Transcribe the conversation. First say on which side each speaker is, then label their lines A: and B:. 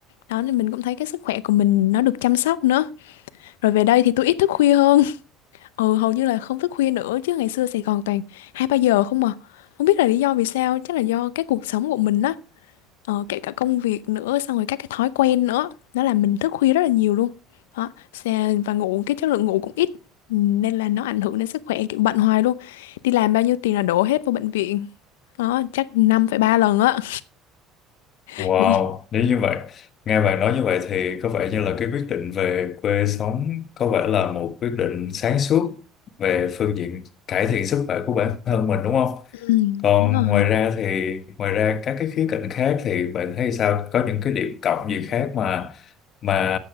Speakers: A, on the left; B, on the left.
A: Đó nên mình cũng thấy cái sức khỏe của mình nó được chăm sóc nữa. Rồi về đây thì tôi ít thức khuya hơn. Ừ hầu như là không thức khuya nữa chứ ngày xưa Sài Gòn toàn 2 3 giờ không à. Không biết là lý do vì sao, chắc là do cái cuộc sống của mình á, ờ, kể cả công việc nữa xong rồi các cái thói quen nữa, nó làm mình thức khuya rất là nhiều luôn. Đó, xa- và ngủ cái chất lượng ngủ cũng ít. Ừ, Nên là nó ảnh hưởng đến sức khỏe kiểu bận hoài luôn đi làm bao nhiêu tiền là đổ hết vô bệnh viện có chắc năm phẩy ba lần á. <laughs>
B: Wow,
A: Bị
B: nếu như vậy, nghe bạn nói như vậy thì có vẻ như là cái quyết định về quê sống có vẻ là một quyết định sáng suốt về phương diện cải thiện sức khỏe của bản thân mình đúng không?
A: ừ,
B: Còn
A: đúng rồi.
B: ngoài ra thì ngoài ra các cái khía cạnh khác thì bạn thấy sao? Có những cái điểm cộng gì khác mà mà